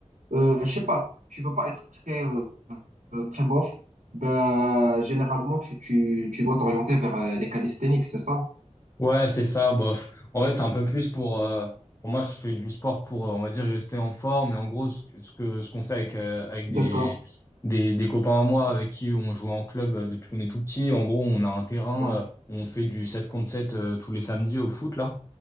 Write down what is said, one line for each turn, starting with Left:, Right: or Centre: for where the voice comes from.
Right: euh, je sais pas, tu veux pas être très euh, euh, très bof, ben, généralement, tu, tu, tu dois t'orienter vers euh, les calisthenics, c'est ça?
Left: Ouais, c'est ça. Bof. En fait, c'est un peu plus pour, euh, pour moi, je fais du sport pour, euh, on va dire, rester en forme. Et en gros, ce que, ce que- ce qu'on fait avec, euh, avec des,
Right: D'accord.
Left: des, des copains à moi avec qui on jouait en club euh, depuis qu'on est tout petit. En gros, on a un terrain,
Right: Ouais.
Left: euh, on fait du 7 contre 7 euh, tous les samedis au foot, là.